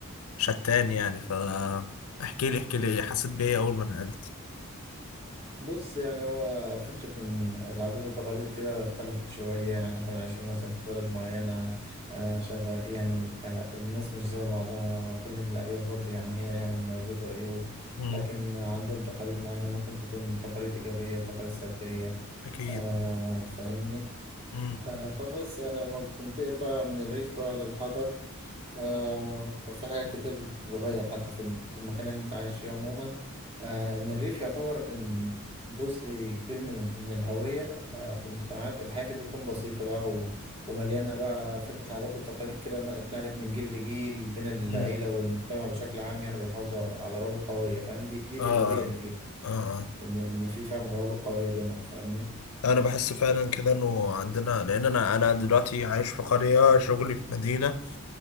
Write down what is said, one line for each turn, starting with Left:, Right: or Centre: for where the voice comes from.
Left: شتان يعني فاحكي لي احكي لي ايه حسيت بايه اول ما نقلت
Right: بص يعني هو فكرة إن العادات والتقاليد كده اختلفت شوية يعني إحنا كنا عايشين مثلا في بلد معينة آه شغال يعني آه الناس مش زي بعضها فكرة الأرياف برضه يعني هي ليها مميزات وعيوب
Left: مم،
Right: لكن عندهم تقاليد معينة ممكن تكون تقاليد إيجابية وتقاليد سلبية
Left: اكيد
Right: آه فاهمني
Left: مم،
Right: آه فبس يعني لما بتنتقل بقى من الريف بقى للحضر آه ففي حاجات كتير بتتغير حتى في في المكان اللي انت عايش فيه عموما آه ان الريف يعتبر ان جزء كبير من من الهوية آه في المجتمعات الحياة فيه بتكون بسيطة بقى و- ومليانة بقى فكرة العادات والتقاليد كده ن- اتنقلت من جيل لجيل بين العيلة
Left: مم.
Right: والمجتمع بشكل عام يعني بيحافظوا على روابط قوية فاهم دي دي الإيجابية
Left: اه
Right: اللي فيها
Left: اه
Right: ان ان في فعلا روابط قوية بينهم فاهمني
Left: انا بحس فعلا كده انه عندنا لان انا انا دلوقتي عايش في قريه شغلي في مدينه